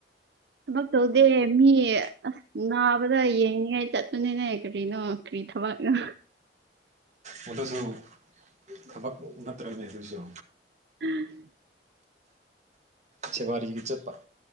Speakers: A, on the right; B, on the right.
A: ꯊꯕꯛ ꯇꯧꯗꯦ ꯃꯤ ꯑꯁ ꯅꯥꯕꯗ ꯌꯦꯡꯉꯦ ꯆꯠꯇꯄꯅꯤꯅꯦ ꯀ꯭ꯔꯤꯅꯣ ꯀ꯭ꯔꯤ ꯊꯕꯒꯅꯣ
B: ꯃꯗꯁꯨ ꯊꯕꯛ ꯅꯠꯇ꯭ꯔꯅꯤ ꯑꯗꯨꯁꯨ
A: ꯎꯝ
B: ꯁꯦꯋꯥꯔꯤꯒꯤ ꯆꯠꯄ